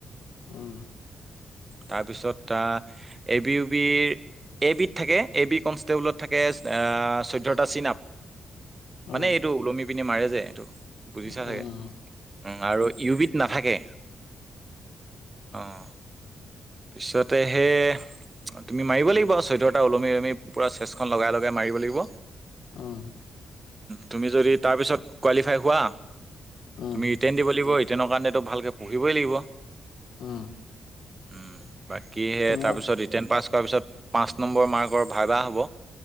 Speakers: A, on the left; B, on the right.
A: উম'।
B: তাৰপিছত এ বি ইউ বিৰ, এ বি ত থাকে, এ বি কনষ্টেবলত থাকে আ চৈধ্য়টা চিন, আপ মানে
A: উম
B: এইটো ওলমি পিনে মাৰে যায় এইটো, বুজিছা
A: উম
B: চাগে?
A: উম
B: উ' আৰু ইউবি নাথাকে। অঁ পিছতে সে, তুমি মাৰিব লাগিব আৰু চৈধ্যটা ওলমি ওলমি পুৰা চেষ্টখন লগাই লগাই মাৰিব লাগিব,
A: উম
B: তুমি যদি তাৰপিছত কোৱালিফাই হোৱা।
A: উম উম
B: তুমি ট্ৰেইন দিব লাগিব ৰিট্ৰেইনৰ কাৰণেতো ভালকে পঢ়িবই লাগিব,
A: উম
B: উম'। বাকী সে
A: ত
B: তাৰপিছত
A: মোক
B: ৰিটাৰ্ পাছ কৰাৰ পিছত পাঁচ নম্বৰ মাৰ্কৰ ভাই ভাই হ'ব।